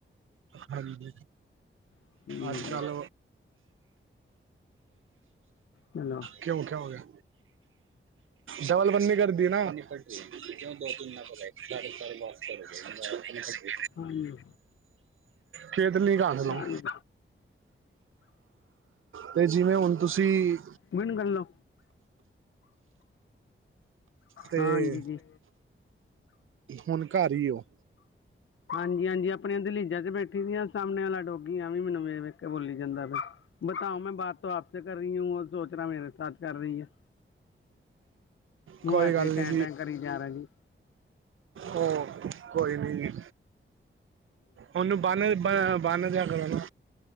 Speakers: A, on the right; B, on the left.
A: ਹਾਂਜੀ,
B: ਹੂੰ
A: ਅੱਜ ਕੱਲ
B: ਚਲੋ
A: ਕਿਉਂ ਕ ਹੋ ਗਿਆ? ਡਬਲ ਬੰਨੀ, ਕਰਦੀ ਨਾ। ਦੋ ਤਿੰ ਦਾ ਬਤਾ, ਸਾਰੇ-ਸਾਰੇ ਬੱਸ ਫ
B: ਹਾਂਜੀ
A: ਖੇਡ ਲੀ ਰੰਗ,
B: ਹਾਂਜੀ
A: ਤੇ ਜਿਵੇਂ ਹੁਣ ਤੁਸੀਂ
B: ਮੈਨੂੰ ਗੱਲਓ
A: ਤੇ,
B: ਹਾਂਜੀ ਜੀ
A: ਹੁਣ ਘਰ ਹੀ ਉਹ?
B: ਹਾਂਜੀ ਹਾਂਜੀ, ਆਪਣੀਆਂ ਦਲੀਜਾਂ 'ਚ ਬੈਠੀ ਦੀ ਆ, ਸਾਹਮਣੇ ਵਾਲਾ ਡੋਗੀ ਆ ਵੀ ਮੈਨੂੰ ਵੇਖ ਕੇ ਬੋਲੀ ਜਾਂਦਾ ਬ, ਬਤਾਓ ਮੈਂ ਬਾਤ ਤੋਂ ਆਪ ਸੇਂ ਕਰ ਰਹੀ ਹੂੰ, ਵੋ ਸੋਚਰਾ ਮੇਰੇ ਸਾ ਕਰ ਰਹੀ ਹੈ। ਵੋਂ
A: ਕੋਈ
B: ਐਸੇ
A: ਗੱਲ ਨੀ
B: ਟੈਂ ਟੈਂ, ਕਰੀ ਜਾ ਰਿਹਾ ਜੀ।
A: ੳ, ਕੋਈ ਨਹੀਂ। ਉਹਨੂੰ ਬਾਹ, ਬਾਹਾਨ ਦਿਆ ਕਰੋ ਨਾ।